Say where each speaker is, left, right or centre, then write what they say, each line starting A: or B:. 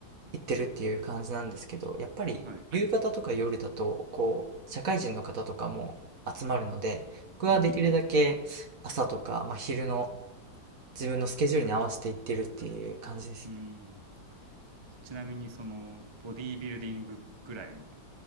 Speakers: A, on the right; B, on the right.
A: 行ってるっていう感じなんですけど、やっぱり夕方とか夜だと、
B: はい。
A: こう、社会人の方とかも集まるので、僕はできるだけ朝とか、
B: うん
A: まあ昼の自分のスケジュールに合わせて行ってるっていう感じですね。
B: うん。うーん。ちなみにその、ボディービルディングぐらいの